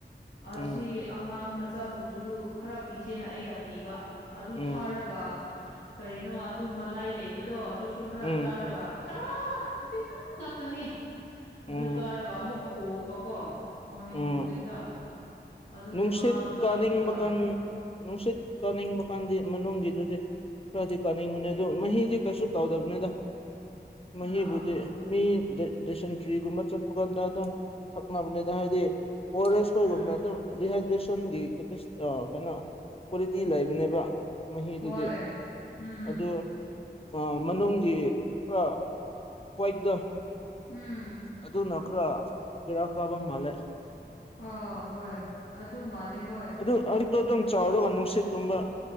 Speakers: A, on the left (about 75°); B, on the left (about 30°).
A: ꯑꯁꯤ
B: ꯎꯝ
A: ꯑꯉꯥꯡ ꯃꯆꯥꯕꯨꯁꯨ ꯈꯔ ꯄꯤꯁꯦꯅ ꯑꯩꯅ ꯄꯤꯕ ꯑꯗꯨ
B: ꯎꯝ
A: ꯊꯥꯔꯒ ꯀꯔꯤꯅꯣ ꯑꯗꯨ ꯃꯂꯥꯏ ꯂꯩꯕꯗꯣ ꯑꯗꯨꯁꯨ ꯈꯔ
B: ꯎꯝ
A: ꯆꯥꯔꯒ ꯈꯔ ꯈꯖꯤꯛꯇꯪ ꯉꯥꯛꯇꯅꯦ
B: ꯎꯝ
A: ꯑꯗꯨ ꯆꯥꯎꯥꯔꯒ ꯑꯃꯨꯛꯀ ꯑꯣꯛꯄꯀꯣ ꯃꯣꯔꯅꯤꯡ
B: ꯎꯝ
A: ꯍꯧꯖꯤꯛꯇ ꯑꯗꯨꯒꯤ
B: ꯅꯨꯡꯁꯤꯠ
A: ꯃꯥ ꯆꯥꯛꯁꯨ
B: ꯀꯥꯅꯤꯡꯕ
A: ꯆꯥꯗ꯭ꯔꯦ
B: ꯀꯥꯟ ꯅꯨꯡꯁꯤꯠ ꯀꯥꯅꯤꯡꯕ ꯀꯥꯟꯗꯤ ꯃꯅꯨꯡꯒꯤꯗꯨꯗꯤ ꯈꯔꯗꯤ ꯀꯥꯅꯤꯡꯕꯅꯦ ꯑꯗꯣ ꯃꯍꯤꯗꯤ ꯀꯩꯁꯨ ꯇꯧꯗꯕꯅꯤꯗ ꯃꯍꯤꯕꯨꯗꯤ
A: ꯑꯥ
B: ꯃꯤ ꯗꯥꯏꯁꯟꯇ꯭ꯔꯤꯒꯨꯝꯕ ꯆꯠꯄ ꯀꯥꯟꯗ ꯑꯗꯨꯝ ꯊꯛꯅꯕꯅꯦꯗ ꯍꯥꯏꯗꯤ ꯑꯣꯔꯦꯖ ꯀꯣꯏꯒꯨꯝꯕꯅ
A: ꯎꯝ
B: ꯑꯗꯨꯝ ꯔꯤꯍꯥꯏꯗ꯭ꯔꯦꯁꯟꯒꯤ ꯀꯦꯄꯤꯁ ꯑ ꯀꯩꯅꯣ ꯀ꯭ꯋꯥꯂꯤꯇꯤ ꯂꯩꯕꯅꯦꯕ ꯃꯍꯤꯗꯨꯗꯤ
A: ꯍꯣꯏ ꯎꯝ
B: ꯑꯗꯨ ꯑ ꯃꯅꯨꯡꯒꯤ ꯈꯔ ꯍ꯭ꯋꯥꯏꯠꯇꯣ
A: ꯎꯝ
B: ꯑꯗꯨꯅ ꯈꯔ ꯕꯦꯔꯥ ꯀꯥꯕ ꯃꯥꯟꯂꯦ
A: ꯑ ꯍꯣꯏ ꯑꯗꯨ ꯃꯥꯟꯂꯦ ꯍꯣꯏ
B: ꯑꯗꯨ ꯑꯌꯨꯛꯇꯣ ꯑꯗꯨꯝ ꯆꯥꯎꯔꯒ ꯅꯨꯡꯁꯤꯠꯀꯨꯝꯕ